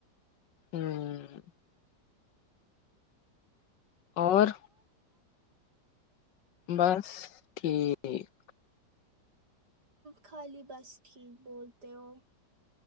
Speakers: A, on the left; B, on the right.
A: ہمم اور بس ٹھیک
B: خالی بس ٹھیک بولتے ہو